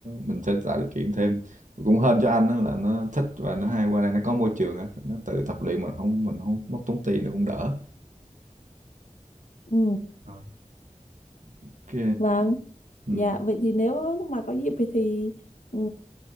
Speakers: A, on the right; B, on the left.
A: mình sẽ tạo điều kiện thêm cũng hên cho anh á là nó thích và nó hay qua đây nó có môi trường á nó tự tập luyện mà không mình không mất tốn tiền nó cũng đỡ
B: ừ
A: Ờ. ok
B: Vâng,
A: ừ.
B: dạ vậy thì nếu mà có dịp thì, thì ừ,